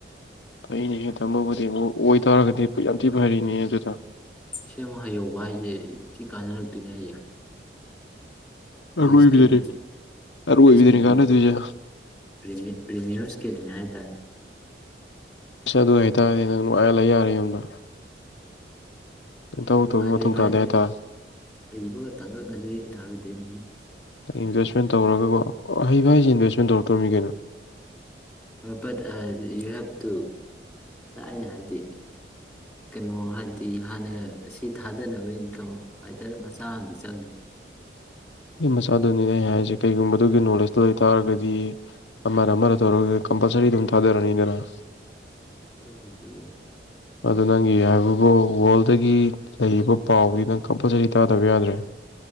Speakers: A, on the left; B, in the centre.
A: ꯑꯩꯅ ꯍꯦꯠ ꯑꯃꯕꯨꯗꯤ ꯑꯣꯏ ꯇꯔꯒꯗꯤ ꯌꯥꯝ ꯊꯤ ꯐꯔꯤꯅꯦ ꯑꯗꯨꯗ
B: ꯁꯦꯃ ꯍꯩꯍꯧꯕ ꯍꯥꯏꯁꯦ ꯊꯤ ꯀꯥꯟꯅꯔꯛꯇꯣꯏꯅꯦ ꯍꯌꯦꯡ ꯗꯤ
A: ꯑꯔꯣꯏꯕꯤꯗꯅꯤ
B: ꯏꯁꯀꯤꯜ
A: ꯑꯔꯣꯏꯕꯤꯗꯅꯤ
B: ꯁꯤ ꯏꯁꯀꯤꯜꯁꯤ
A: ꯀꯥꯟꯅꯗꯣꯏꯁꯦ
B: ꯄ꯭ꯔꯤꯃꯤꯠ ꯄ꯭ꯔꯤꯃꯤꯌꯝ ꯏꯁꯀꯤꯜꯅꯤ ꯍꯥꯏ ꯇꯥꯏ
A: <inaudible> ꯑꯗꯨ ꯑꯣꯏꯇꯥꯔꯗꯤ ꯅꯪ ꯅꯨꯡꯉꯥꯏ ꯂꯩꯌꯥꯔꯦ ꯌꯨꯝꯗ ꯅꯪ ꯇꯧꯕꯒꯤ
B: ꯅꯨꯡꯉꯥꯏꯅ
A: ꯃꯊꯧ
B: ꯂꯩꯕ
A: ꯇꯥꯗꯦ
B: ꯍꯥꯏꯁꯦ
A: ꯍꯥꯏꯇꯥꯔꯦ
B: ꯍꯩꯕꯒ ꯇꯪꯀꯛ ꯌꯥꯔꯣꯏꯗꯩꯩꯅꯤꯅꯤ
A: ꯏꯟꯚꯦꯁꯃꯦꯟ ꯇꯧꯔꯒꯀꯣ ꯍꯩꯕ ꯍꯥꯏꯁꯦ ꯏꯟꯚꯦꯁꯃꯦꯟ ꯇꯧꯔꯛꯇꯧꯃꯤ ꯀꯩꯅꯣ
B: ꯕꯠ ꯌꯨ ꯍꯦꯞ ꯇꯨ ꯑꯩꯅ ꯍꯥꯏꯗꯤ ꯀꯩꯅꯣ ꯍꯥꯏꯗꯤ ꯍꯥꯟꯅ ꯁꯤ ꯊꯥꯗꯅꯕ ꯏꯟꯀꯝ ꯑꯥꯏꯗꯔ ꯃꯆꯥ ꯑꯝꯗꯤ ꯆꯪꯅꯤ
A: ꯃꯆꯥꯗꯨꯅꯤꯗ ꯑꯩꯅ ꯍꯥꯏꯖꯦ ꯀꯩꯒꯨꯝꯕꯗꯨꯒꯤ ꯅꯣꯂꯦꯖꯇꯨ ꯂꯩꯇꯥꯔꯒꯗꯤ ꯑꯃꯅ ꯑꯃꯅ ꯇꯧꯔꯒ ꯀꯝꯄꯜꯁꯔꯤꯗꯨꯝ ꯊꯥꯗꯔꯅꯤꯗꯅ
B: ꯑꯗꯨꯗꯤ
A: ꯑꯗꯨ ꯅꯪꯒꯤ ꯍꯥꯏꯕꯕꯨ ꯋꯥꯔꯜꯗꯒꯤ ꯂꯩꯔꯤꯕ ꯄꯥꯎꯗꯤ ꯅꯪ ꯀꯝꯄꯜꯁꯔꯤ ꯇꯥꯗꯕ ꯌꯥꯗ꯭ꯔꯦ